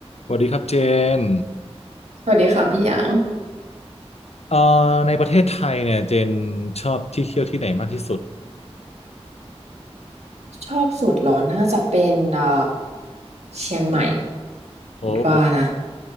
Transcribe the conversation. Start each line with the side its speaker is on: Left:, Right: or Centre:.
Left: สวัสดีครับเจน
Right: สวัสดีค่ะพี่หยาง
Left: เอ่อในประเทศไทยเนี่ยเจนชอบที่เที่ยวที่ไหนมากที่สุด
Right: ชอบสุดเหรอน่าจะเป็นเอ่อเชียงใหม่
Left: โอ้
Right: คิดว่านะ